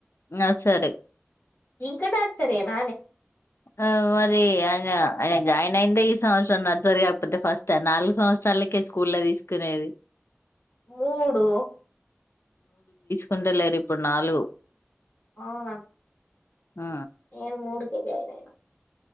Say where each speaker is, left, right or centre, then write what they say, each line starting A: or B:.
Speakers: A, on the left; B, on the left.
A: నర్సరి
B: ఇంక నర్సరెనానే
A: ఆ మరి ఆయన జాయిన్ అయిందే ఈ సంవత్సరం నర్సరీ కాకపోతే ఫస్ట నాలుగు సంవత్సరాలు ళ్ళకే స్కూల్ల తీసుకునేది
B: మూడు
A: కుంట లేరు ఇప్పుడు నాలుగు
B: అవున
A: ఆ
B: నేను మూడుకె జాయిన్ అయిన